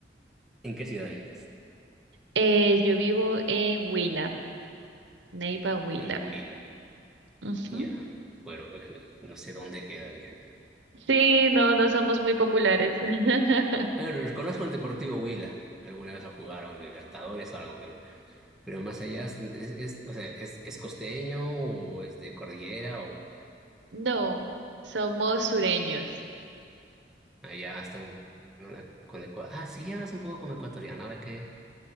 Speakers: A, in the centre; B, on the right.
A: ¿en qué ciudad vives?
B: Eh, yo vivo en Huila, Neiva, Huila.
A: En Huila.
B: Ujú.
A: Ya. Bueno, <laughs> no sé dónde queda bien.
B: Sí, no, no somos muy populares. <laughs>
A: Pero conozco el Deportivo Huila. Alguna vez a jugar a Libertadores o algo, pero, pero más allá, es, es, o sea, ¿es, es costeño o es de cordillera o...?
B: No, somos sureños.
A: Allá están ¿no? con Ecuador. Ah, sí, hablas un poco como ecuatoriano, ahora que,